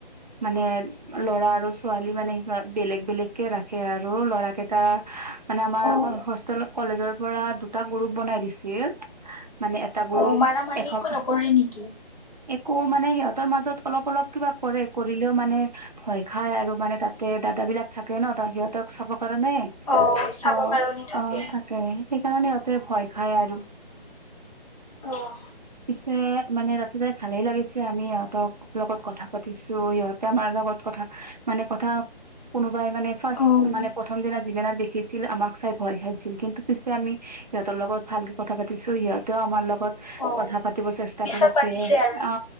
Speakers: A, on the right; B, on the left.
A: মানে। ল'ৰা আৰু ছোৱালী মানে বেলেগ -বেলেগকে ৰাখে আৰু ল'ৰা কেইটা। মানে আমাৰ
B: অ',
A: হোষ্টেল কলেজৰ পৰা দুটা গ্ৰুপ বনাই দিছিল। মানে এটা গ্ৰুপ
B: অ', মাৰা মাৰি
A: এখন।
B: একো নকৰে নেকি?
A: কৌ মানে সিহঁতৰ মাজত অলপ অলপ কিবা কৰে কৰিলেও মানে ভয় খায় আৰু মানে তাতে দাদা। এইবিলাক থাকে ন' ত'সিহঁতক চাব কাৰণে
B: অ', চাব
A: ত'।
B: কাৰণে থাকে।
A: অ তাকে সেইকাৰণে সিহঁতেও ভয় খাই আৰু
B: অ',
A: পিছে মানে ৰাতিপুৱা ভালেই লাগিছে আমি ইহঁতৰ লগত কথা পাতিছো ইহঁতে আমাৰ লগত <unintelligible> কথা, হে মানে কথা কোনোবাই ফাৰ্ষ্ট
B: অ',
A: মানে প্ৰথম। যিদিনা দেখিছিল আমাক চাই ভয় খাইছিল, কিন্তু পিছে আমি সিহঁতৰ লগত ভালকে কথা পাতিছো সিহঁতেও আমাৰ লগ লগত
B: অ',
A: কথা পাতিব চেষ্টা
B: পিছত
A: কৰিছে,
B: পাতিছে আৰু।
A: অ